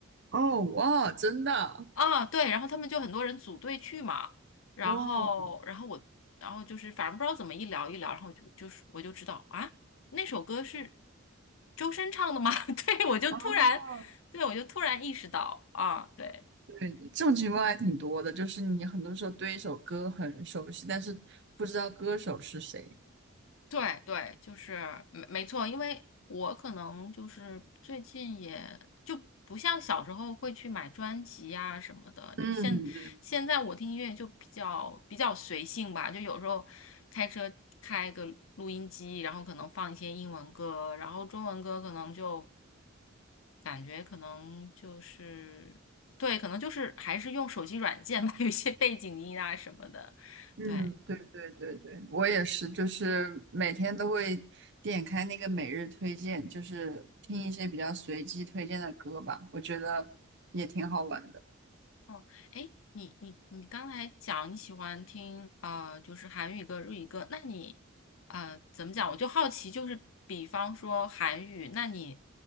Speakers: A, on the right (about 55°); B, on the left (about 70°).
A: 哦，哇，真的，
B: 啊，对，然后他们就很多人组队去嘛，然后，
A: 哇，
B: 然后我，然后就是反正不知道怎么一聊一聊，然后就就是我就知道啊，那首歌是周深唱的吗？<laughs> 对，我就突然，
A: 哦，
B: 对，我就突然意识到啊，对。
A: 对，这种情况还挺多的，就是你很多时候对一首歌很熟悉，但是不知道歌手是谁。
B: 对对，就是没没错，因为我可能就是最近也就不像小时候会去买专辑啊什么的，
A: 嗯嗯
B: 就现现在我听音乐就比较比较随性吧，就有时候开车开个录音机，然后可能放一些英文歌，然后中文歌可能就感觉可能就是对，可能就是还是用手机软件吧，有一些背景音啊什么的，
A: 嗯，
B: 对。
A: 对对对对，我也是，就是每天都会点开那个每日推荐，就是听一些比较随机推荐的歌吧，我觉得也挺好玩的。
B: 哦，哎，你你你刚才讲你喜欢听呃，就是韩语歌、日语歌，那你呃怎么讲？我就好奇，就是比方说韩语，那你